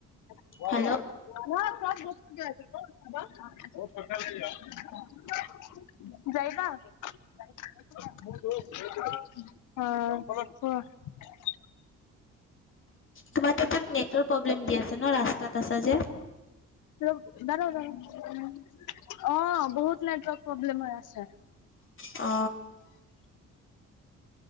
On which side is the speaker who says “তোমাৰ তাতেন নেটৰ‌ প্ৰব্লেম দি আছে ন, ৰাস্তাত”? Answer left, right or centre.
Left